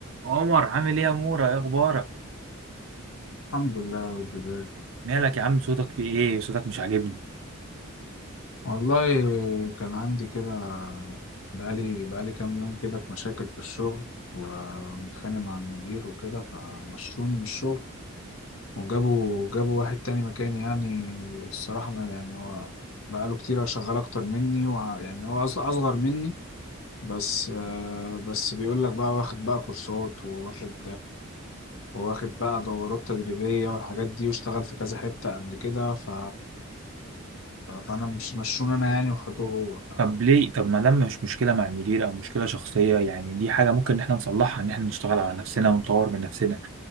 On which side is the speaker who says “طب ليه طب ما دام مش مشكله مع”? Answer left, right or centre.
Right